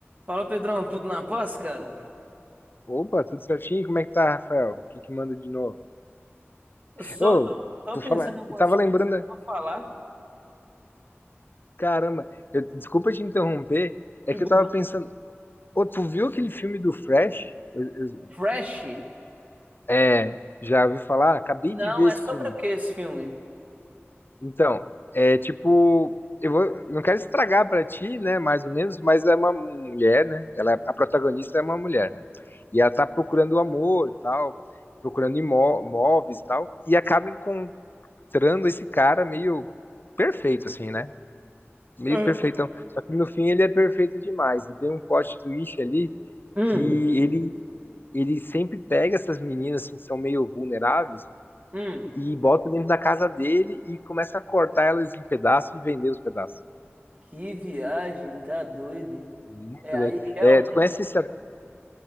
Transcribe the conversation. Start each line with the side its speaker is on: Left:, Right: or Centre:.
Right: Fala, Pedrão, tudo na paz, cara?
Left: Opa, tudo certinho? Como é que tá, Rafael? O que que manda de novo?
Right: Eu só
Left: Ô,
Right: tô, tô
Left: por
Right: pensando
Left: falar,
Right: em algumas
Left: eu tava
Right: coisas
Left: lembrando,
Right: que
Left: né?
Right: eu vou falar.
Left: caramba, eu- desculpa te interromper,
Right: De
Left: é que
Right: boa?
Left: eu tava pensando, ô, tu viu aquele filme do Fresh? Eu- eu-
Right: Fresh?
Left: é, já ouviu falar? Acabei
Right: Não,
Left: de ver
Right: é
Left: esse
Right: sobre
Left: filme.
Right: o que esse filme?
Left: Então, é tipo, eu vou, eu não quero estragar pra ti, né, mais ou menos, mas é uma mulher, né? Ela, é, a protagonista é uma mulher, né? E ela tá procurando o amor, tal, procurando imó- imóveis, tal, e acaba mostrando esse cara meio perfeito, assim, né? Meio
Right: Ah.
Left: perfeitão. Só que no fim ele é perfeito demais. E tem um plot twist ali
Right: Hum,
Left: que ele, ele sempre pega essas meninas assim, que são meio vulneráveis
Right: hum.
Left: e bota dentro da casa dele e começa a cortar elas em pedaços e vender os pedaços.
Right: Que viagem, tá doido?
Left: Muito
Right: É aí,
Left: doido.
Right: realmente.
Left: É, tu conhece esse, at-